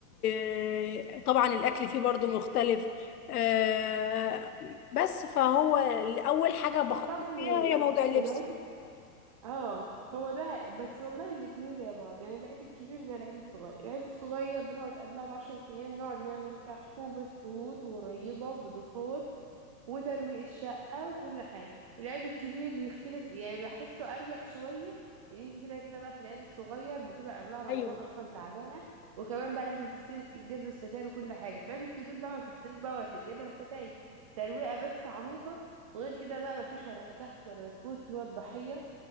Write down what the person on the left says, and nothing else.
آه، طبعا الاكل فيه برضو مختلف آه، بس فهو اول حاجة بخطط
فيها هي موضوع اللبس
ايوه